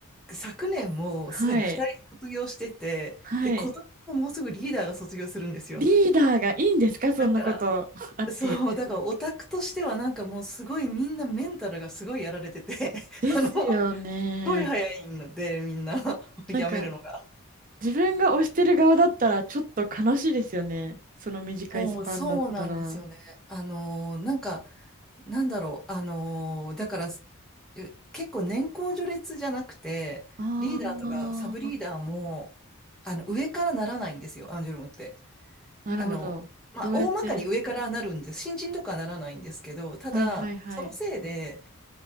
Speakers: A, in the centre; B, on the right.
A: 昨年もすでに二人卒業してて、
B: はい。はい。
A: で、今年ももうすぐリーダーが卒業するんですよ。
B: リーダーがいいんですかそんなこと
A: だから、
B: <laughs> あって。
A: そう、だからオタクとしてはなんかもうすごいみんなメンタルがすごいやられてて <laughs>
B: ですよね。
A: あの、すっごい早いのでみんな <laughs>
B: なんか、
A: やめるのが。
B: 自分が推してる側だったら、ちょっと悲しいですよね。その短いスパンだったら。
A: もうそうなんですよね。あのー、なんか、なんだろう、あのー、だから、え結構年功序列じゃなくて、
B: ああ、
A: リーダーとかサブリーダーも、あの、上からならないんですよ、アンジュルムって。
B: なるほど。
A: あの、まあ、
B: どうやって。
A: 大まかに上からなるんです。新人とかはならないんですけど、ただ、
B: はいはいはい。
A: そのせいで、